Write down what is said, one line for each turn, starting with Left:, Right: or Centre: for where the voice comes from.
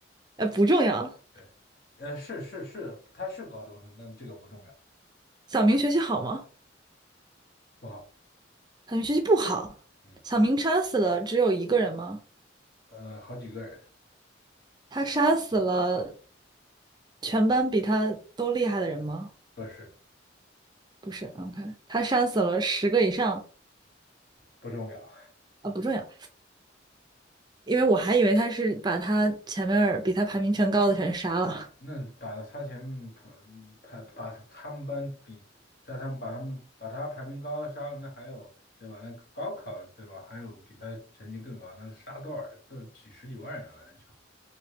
Right: 呃，不重要。
Left: 对，呃，是是是，他是高中生，但这个不重要，
Right: 小明学习好吗？
Left: 不好，
Right: 小明学习不好。
Left: 嗯，
Right: 小明杀死了只有一个人吗？
Left: 呃，好几个人，
Right: 他杀死了全班比他都厉害的人吗？
Left: 不是
Right: 不是，OK，他杀死了十个以上
Left: 不重要，
Right: 啊，不重要，因为我还以为他是把他前面儿比他排名全高的全杀了，
Left: 那把他前面排把他们班比，在他们把他们把他排名高的杀了，那还有对吧？那高考对吧？还有比他成绩更高，那杀多少人？都几十几万人了，那就